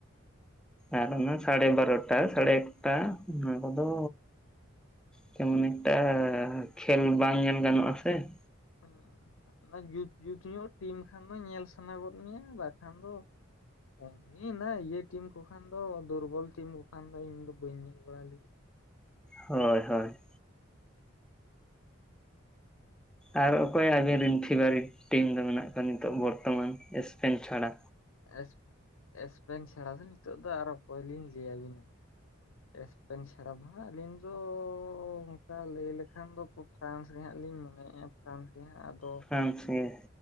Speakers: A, in the centre; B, on the left (about 80°).
A: ᱟᱨ ᱚᱱᱟ ᱥᱟᱲᱮ ᱵᱟᱨᱚᱴᱚᱴᱟ ᱥᱟᱲᱮ ᱮᱠᱴᱟ ᱚᱱᱟ ᱫᱚ ᱠᱮᱢᱱᱤᱠ ᱴᱟ ᱠᱷᱮᱞ ᱵᱟᱝ ᱧᱮᱞ ᱜᱟᱱᱚᱜ ᱟᱥᱮ ᱾
B: ᱦᱩᱸ ᱚᱱᱟ ᱡᱩᱛ ᱡᱩᱛ ᱧᱚᱜ ᱴᱤᱢ ᱠᱷᱟᱱ ᱫᱚ ᱧᱮᱞ ᱥᱟᱱᱟ ᱜᱚᱫ ᱢᱮᱭᱟ ᱵᱟᱠᱷᱟᱱ ᱫᱚ ᱚᱢᱱᱤ ᱚᱱᱟ ᱤᱭᱟᱹ ᱴᱤᱢ ᱠᱚ ᱠᱷᱟᱱ ᱫᱚ ᱫᱩᱨᱵᱚᱞ ᱴᱤᱢ ᱠᱚᱠᱷᱟᱱ ᱫᱚ ᱤᱧ ᱫᱚ ᱵᱟᱹᱧ ᱧᱮᱞ ᱵᱟᱲᱟᱭ ᱞᱟᱜᱤᱼᱼ
A: ᱦᱳᱭ ᱦᱳᱭ᱾ ᱟᱨ ᱚᱠᱚᱭ ᱟᱵᱮᱱ ᱨᱮᱱ ᱯᱷᱮᱵᱟᱨᱤᱴ ᱴᱤᱢ ᱫᱚ ᱢᱮᱱᱟᱜ ᱠᱚᱣᱟ ᱱᱤᱛᱚᱜ ᱵᱚᱨᱛᱚᱢᱟᱱ ᱮᱥᱯᱮᱱ ᱪᱷᱟᱲᱟᱼᱼ
B: ᱮᱥ ᱮᱥᱯᱮᱱ ᱪᱷᱟᱲᱟ ᱫᱚ ᱱᱤᱛᱚᱜ ᱫᱚ ᱟᱨ ᱚᱠᱚᱭ ᱞᱤᱧ ᱞᱟᱹᱭ ᱟᱵᱤᱱᱟ? ᱮᱥᱯᱮᱱ ᱪᱷᱟᱲᱟ ᱫᱚᱜ ᱟᱹᱞᱤᱧ ᱫᱚ ᱚᱱᱠᱟ ᱞᱟᱹᱭ ᱞᱮᱠᱷᱟᱱ ᱫᱚᱼᱼ ᱯᱷᱨᱟᱱᱥ ᱜᱮ ᱦᱟᱸᱜ ᱞᱤᱧ ᱢᱚᱱᱮᱭᱮᱫ-ᱟ᱾ ᱯᱷᱟᱨᱟᱱᱥ ᱜᱮ ᱦᱟᱸᱜ ᱟᱫᱚ
A: ᱯᱷᱨᱟᱱᱥ ᱜᱮ